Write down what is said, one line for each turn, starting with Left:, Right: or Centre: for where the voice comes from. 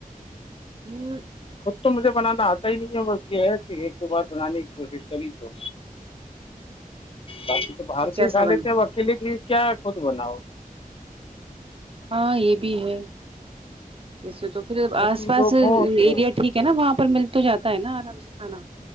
Right: ہوں
Left: خود تو مجھے بنانا آتا ہی نہیں ہے بس یہ ہے کہ ایک دو بار بنانے کی کوشش کری تو باقی تو باہر
Right: کیسا
Left: سے ہی کھا
Right: بنا
Left: لیتے ہیںب اکیلے کی کیا خود بناؤ
Right: ہاں یہ بھی ہے ویسے تو پھر
Left: دو
Right: آس
Left: تین
Right: پاس
Left: لوگ
Right: ایریا
Left: ہوں تو
Right: ٹھیک ہے نا وہاں پر مل تو جاتا ہے نا ارام سے کھانا